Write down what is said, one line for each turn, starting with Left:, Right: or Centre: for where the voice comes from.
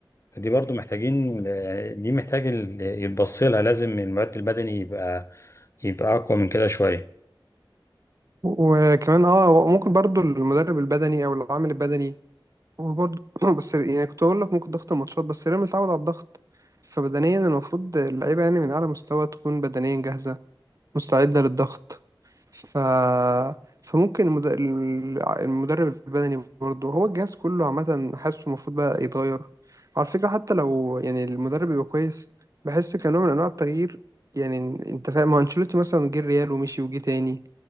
Left: فدي برضو محتاجين دي محتاج ال- يتبص لها لازم المعد البدني يبقى يبقى أقوى من كده شوية
Right: وكمان اه ممكن برضو المدرب البدني او العامل البدني وبرضو <clears throat> بس يعني كنت اقول لك ممكن ضغط الماتشات بس الريال متعود على الضغط فبدنيا المفروض اللعيبة يعني من اعلى مستوى تكون بدنيا جاهزة مستعدة للضغط ف... فممكن المد... المدرب البدني برضه هو الجهاز كله عامة حاسه المفروض بقى يتغير على فكرة حتى لو يعني المدرب يبقى كويس بحس كنوع من أنواع التغيير يعني أنت فاهم ما هو أنشيلوتي مثلا جه الريال ومشي وجه تاني